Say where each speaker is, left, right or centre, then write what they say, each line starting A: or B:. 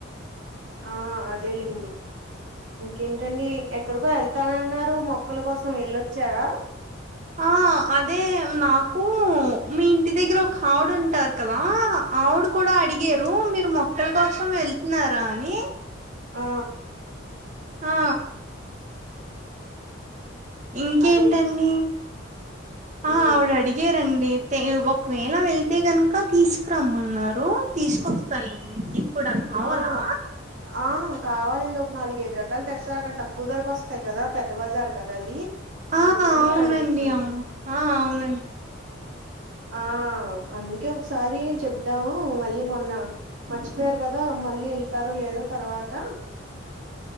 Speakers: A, on the right (about 70°); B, on the right (about 35°).
A: ఆ అదేలేండి ఇంకేంటండి ఎక్కడికో ఎళ్తానన్నారు మొక్కల కోసం వెళ్ళొచ్చారా
B: ఆ అదే నాకు మీ ఇంటి దగ్గర ఒక ఆవిడ ఉంటారు కదా ఆవిడా కూడా అడిగారు మీరు మొక్కల కోసం ఎళ్తున్నారా అని
A: ఆ
B: ఆ ఇంకేంటండి
A: అదే
B: ఆ
A: ఈ
B: ఆవిడ అడిగారండి తే ఒకవేళ వెళ్తే కనుక తీసుకురమ్మన్నారు తీసుకొస్తానులేండి కూడా కావాలా
A: ఆ ఆ కావాలండి ఒక నాలుగు ఐదు రకాలు తెస్తారు అక్కడ తక్కువ ధరకి వస్తాయి కదా పెద్ద బజారు కదా అది అందుకని
B: ఆ అవునండి
A: అడుగుతున్నా
B: అవును అవునం
A: ఆ అందుకే ఒకసారి చెప్దాము మళ్ళీ మొన్న మర్చిపోయారు కదా మళ్ళీ ఎళ్తారో లేదో తర్వాత